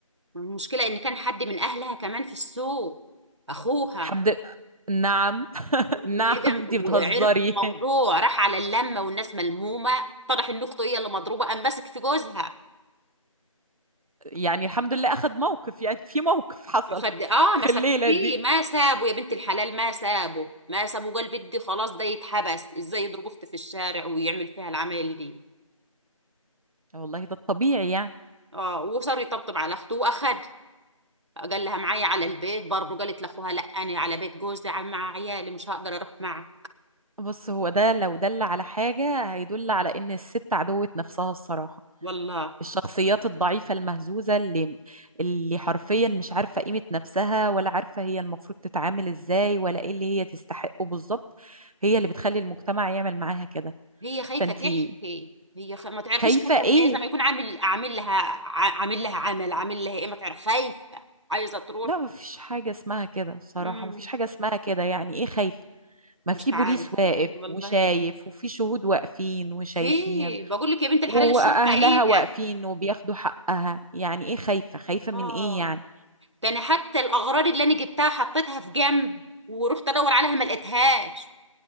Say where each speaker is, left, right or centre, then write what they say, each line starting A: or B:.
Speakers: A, on the right; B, on the right.
A: المشكلة ان كان حد من اهلها كمان في السوق اخوها
B: حد نعم <laughs>
A: وجم
B: نعم انتي
A: وعرف
B: بتهزري
A: بالموضوع راح على اللمة والناس ملمومة طرح ان اخته هي اللي مضروبة قام ماسك في جوزها
B: يعني الحمد لله أخد موقف يعني في موقف حصل
A: خد اه
B: في
A: مسك
B: الليلة
A: فيه
B: دي
A: ما سابه يا بنت الحلال ما سابه ما سابه قال بدي خلاص ده يتحبس ازاي يضرب اختي في الشارع ويعمل فيها العمل دي
B: والله ده الطبيعي يعني
A: اه وصار يطبطب على اخته واخد قال لها معايا على البيت برضه قالت لاخوها لا انا على بيت جوزي عم- مع عيالي مش هقدر اروح معه
B: بص هو ده لو دل على حاجة هيدل على إن الست عدوة نفسها الصراحة
A: والله
B: الشخصيات الضعيفة المهزوزة اللي اللي حرفيا مش عارفة قيمة نفسها ولا عارفة هي المفروض تتعامل إزاي ولا إيه اللي هي تستحقه بالظبط هي اللي بتخلي المجتمع يعمل معاها كده
A: هي خايفه
B: فأنتي
A: تحكي هي خ... ما تعرفيش
B: خايفة
A: خايفه
B: إيه؟
A: من ايه زي ما يكون عامل عامل لها ع- عامل لها عمل عامل لها ايه ما تعرف خايفه عايزه تروح
B: لا مفيش حاجة اسمها كده الصراحة
A: امم
B: مفيش حاجة اسمها كده يعني إيه خايفة؟ ما في
A: مش عارفه
B: بوليس واقف
A: انا والله
B: وشايف وفي شهود واقفين وشايفين
A: في بقول لك يا بنت الحلال
B: واهلها
A: الشرطه ايه ده
B: واقفين وبياخدوا حقها يعني ايه خايفة خايفة من
A: اه
B: ايه يعني
A: ده انا حتى الاغراض اللي انا جبتها حطيتها في جنب ورحت ادور عليها ما لقيتهاش